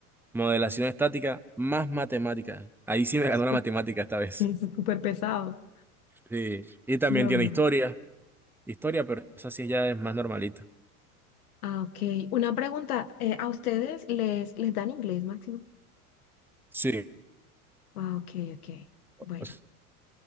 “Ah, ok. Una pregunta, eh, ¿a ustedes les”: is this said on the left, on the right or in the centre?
Left